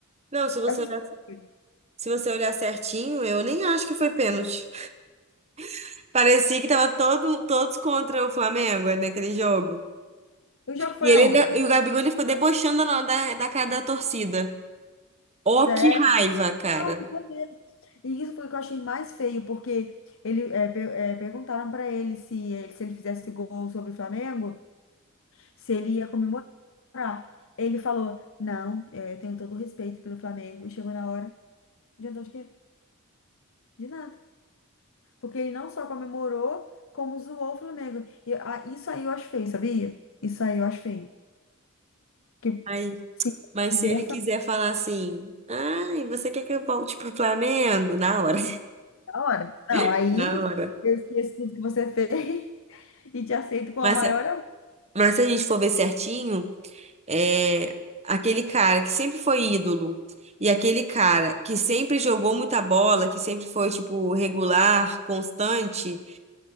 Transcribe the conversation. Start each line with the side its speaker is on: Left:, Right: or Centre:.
Right: Não, se você
Left: Essas
Right: olhar,
Left: coisas.
Right: se você olhar certinho, eu nem acho que foi pênalti. <laughs> Parecia que tava todo, todos contra o Flamengo né, naquele jogo.
Left: O jogo
Right: E
Left: foi
Right: ele
Left: aonde?
Right: ainda- e o Gabigol ele ficou debochando da, da da cara da torcida. Ó,
Left: Sério?
Right: que raiva, cara.
Left: Não, ficou mesmo. E isso foi o que eu achei mais feio, porque ele, é, per- é, perguntaram para ele se, ele se ele fizesse gol sobre o Flamengo, se ele ia comemorar. Ele falou: Não, é, eu tenho todo o respeito pelo Flamengo. E chegou na hora, adiantou de quê? De nada. Porque ele não só comemorou, como zoou o Flamengo. E, ah, isso aí eu acho feio, sabia? Isso aí eu acho feio. Que,
Right: Ai,
Left: sim,
Right: Mas
Left: consideração
Right: se ele quiser falar assim, ai, você quer que eu volte pro Flamengo? Na hora.
Left: na hora. Não,
Right: <laughs>
Left: aí
Right: Na hora.
Left: eu esqueço tudo que você <laughs> fez. E te aceito com
Right: Mas,
Left: a maior
Right: se-
Left: amor.
Right: mas se a gente for ver certinho, é, aquele cara que sempre foi ídolo e aquele cara que sempre jogou muita bola, que sempre foi, tipo, regular, constante,